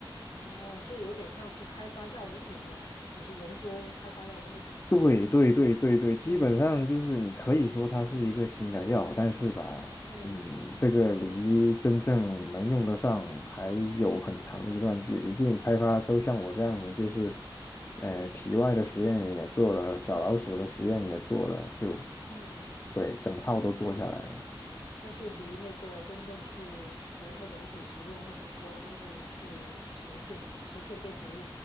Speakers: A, on the left (about 60°); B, on the left (about 25°).
A: 哦，就有点像是开发药物那样子，就是研究开发药物吗？还是？
B: 对对对对对，基本上就是你可以说它是一个新的药，
A: 嗯
B: 但是吧，
A: 嗯
B: 嗯，这个离真正能用得上还有很长的一段距离。就你开发出像我这样的，就是，呃，
A: 嗯
B: 体外的实验也做了，小老鼠的实验也做了，就，
A: 嗯。
B: 对，整套都做下来了。
A: 但是离那个真正去，比如说人体实验，或者说真正去实现实现变成一